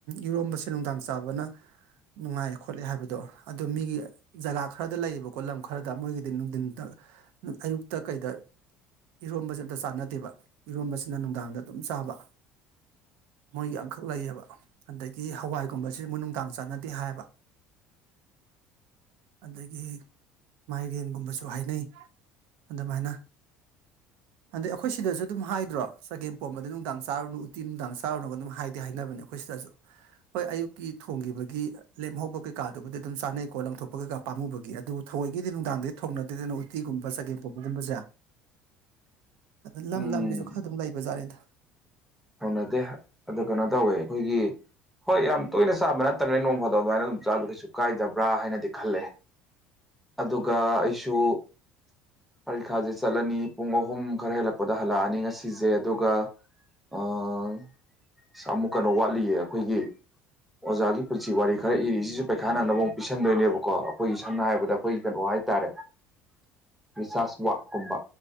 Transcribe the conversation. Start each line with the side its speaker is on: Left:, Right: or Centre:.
Right: ꯏꯔꯣꯝꯕꯁꯦ ꯅꯨꯡꯗꯥꯡ ꯆꯥꯕꯅ ꯅꯨꯡꯉꯥꯏ ꯈꯣꯠꯂꯦ ꯍꯥꯏꯕꯗꯣ ꯑꯗꯨ ꯃꯤꯒꯤ ꯖꯒꯥ ꯈꯔꯗ ꯂꯩꯌꯦꯕꯀꯣ ꯂꯝ ꯈꯔꯗ ꯃꯣꯏꯒꯤꯗꯤ ꯅꯨꯡꯊꯤꯟ ꯑꯌꯨꯛꯇ ꯀꯩꯗ ꯏꯔꯣꯝꯁꯦ ꯑꯝꯇ ꯆꯥꯛ ꯅꯗꯦꯕ ꯏꯔꯣꯝꯕꯁꯤꯅ ꯅꯨꯡꯗꯥꯡꯗ ꯑꯗꯨꯝ ꯆꯥꯕ ꯃꯣꯏꯒꯤ ꯑꯃꯈꯛ ꯂꯩꯌꯦꯕ ꯑꯗꯒꯤ ꯍꯋꯥꯏꯒꯨꯝꯕꯁꯤ ꯃꯣꯏꯅꯨꯡꯗꯥꯡ ꯆꯥꯟꯅꯗꯦ ꯍꯥꯏꯌꯦꯕ
Centre: <inaudible>
Right: ꯑꯗꯒꯤ ꯃꯥꯏꯔꯦꯟꯒꯨꯝꯕꯁꯨ ꯍꯥꯏꯅꯩ ꯑꯗꯨ ꯃꯥꯏꯅ ꯑꯗ ꯑꯩꯈꯣꯏ ꯁꯤꯗꯁꯨ ꯑꯗꯨꯝ ꯍꯥꯏꯗ꯭ꯔꯣ ꯆꯒꯦꯝ ꯄꯣꯝꯕꯗ ꯅꯨꯡꯗꯥꯡ ꯆꯥꯔꯨꯅꯨ ꯎꯇꯤ ꯅꯨꯡꯗꯥꯡ ꯆꯥ ꯆꯥꯔꯨꯅꯣꯒ ꯑꯗꯨꯝ ꯍꯥꯏꯗꯤ ꯍꯥꯏꯅꯕꯅꯦ ꯑꯩꯈꯣꯏ ꯁꯤꯗꯁꯨ ꯍꯣꯏ ꯑꯌꯨꯛꯀꯤ ꯊꯣꯡꯈꯤꯕꯒꯤ ꯂꯦꯝꯍꯧꯕ ꯀꯩꯀꯥꯗꯨꯕꯨꯗꯤ ꯑꯗꯨꯝ ꯆꯥꯅꯩꯀꯣ ꯂꯪꯊꯣꯛꯄꯒ ꯄꯥꯝꯨꯕꯒꯤ ꯑꯗꯨꯕꯨ ꯊꯧꯋꯣꯏꯒꯤꯗꯤ ꯅꯨꯡꯗꯥꯡꯗꯗꯤ ꯊꯧꯅꯗꯦꯗꯅ ꯎꯇꯤꯒꯨꯝꯕ ꯆꯒꯦꯝꯄꯣꯝꯕꯒꯨꯝꯕꯁꯦ
Centre: <unintelligible>
Right: ꯑꯗ ꯂꯝ
Centre: ꯎꯝ
Right: ꯂꯝꯒꯤꯁꯨ ꯈꯔ ꯑꯗꯨꯝ ꯂꯩꯕꯖꯠꯅꯦꯗ
Centre: ꯍꯧꯅꯗꯦ ꯑꯗꯣ ꯀꯩꯅꯣ ꯇꯧꯋꯦ ꯑꯩꯈꯣꯏꯒꯤ ꯍꯣꯏ ꯌꯥꯝ ꯇꯣꯏꯅ ꯆꯥꯕ ꯅꯠꯇꯕꯅꯤ ꯅꯣꯡ ꯐꯥꯗ ꯑꯗꯨꯃꯥꯏꯅ ꯑꯗꯨꯝ ꯆꯥꯗꯣ ꯀꯩꯁꯨ ꯀꯥꯏꯗꯕ꯭ꯔꯥ ꯍꯥꯏꯅꯗꯤ ꯈꯜꯂꯦ ꯑꯗꯨꯒ ꯑꯩꯁꯨ ꯄꯔꯤꯈꯥꯖꯦ ꯆꯠꯂꯅꯤ ꯄꯨꯡ ꯑꯍꯨꯝ ꯈꯔ ꯍꯦꯜꯂꯛꯄꯗ ꯍꯜꯂꯛꯑꯅꯤ ꯉꯁꯤꯁꯦ ꯑꯗꯨꯒ ꯑ ꯑꯃꯨꯛ ꯀꯩꯅꯣ ꯋꯥꯠꯂꯤꯌꯦ ꯑꯩꯈꯣꯏꯒꯤ ꯑꯣꯖꯥꯒꯤ ꯄꯨꯟꯁꯤ ꯋꯥꯔꯤ ꯈꯔ ꯏꯔꯤꯁꯤꯁꯨ ꯄꯩꯈꯥ ꯅꯪꯅꯕ ꯑꯃꯨꯛ ꯄꯤꯁꯟꯗꯣꯏꯅꯦꯕꯀꯣ ꯑꯩꯈꯣꯏꯒꯤ ꯁꯝꯅ ꯍꯥꯏꯔꯕꯗ ꯑꯩꯈꯣꯏꯒꯤ ꯀꯩꯅꯣ ꯍꯥꯏꯇꯥꯔꯦ ꯔꯤꯁꯥꯁ ꯋꯥꯛꯀꯨꯝꯕ